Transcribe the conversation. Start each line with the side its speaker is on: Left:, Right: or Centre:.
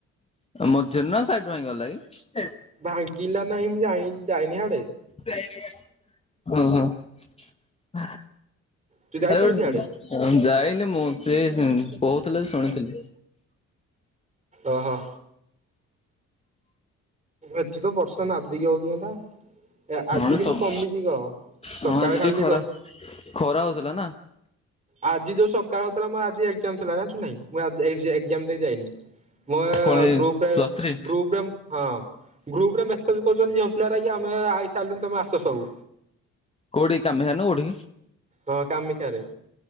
Left: ମଝିରେ ନା ସାଇଡ ଭ ଗଲା କି?
Right: ଭାଙ୍ଗିଲା ନାଇଁ ମୁଁ ଯାଇ ଯାଇନି ହିଆଡେ।
Left: ଯାଇନି ହିଆଡେ ଓଁ ହଁ।
Right: ତୁ ଯାଇଥିଲୁ
Left: ଆରେ
Right: କି ହାଡେ?
Left: ଗୋଟ ଯାଇନି ମୁଁ ସେ କହୁଥିଲି ଶୁଣିଥିଲି।
Right: ଓହୋ। ଏଠି ତ ବର୍ଷା ନଧିକି ହଉଚି ଏଣା। ଏ
Left: ନହେଲେ
Right: ଆଜି କେମିତି
Left: ସବୁ
Right: କମିଛି କହ
Left: ହଁ
Right: ସକାଳେ
Left: ଆଜି ଟିକେ
Right: ଖାଲି
Left: ଖରା ଖରା ହଉଥିଲା ନାଁ?
Right: ଆଜି ଯୋଉ ସକାଳହଉଥିଲା ମ ଆଜି ଏଜାମ ଥିଲା ଜାଣିଛୁ ନାଇଁ ମୁଁ ଆଜି ଏଜାମ ଦେଇ ଯାଇନି। ମୋ ଏ
Left: ପୁଣି
Right: ଗ୍ରୁପରେ
Left: ପ୍ଲସ୍ ଥ୍ରୀ
Right: ଗ୍ରୁପରେ ହଁ ଗ୍ରୁପରେ ମେସେଲ? କହୁଛନ୍ତି ଝିଅ ପିଲା ଆମେ ଆଇସାରିଲୁ ତମେ ଆସ ସବୁ।
Left: କୋଉଠି <inaudible> କୋଉଠି।
Right: ହଁ କାମାକ୍ଷାରେ।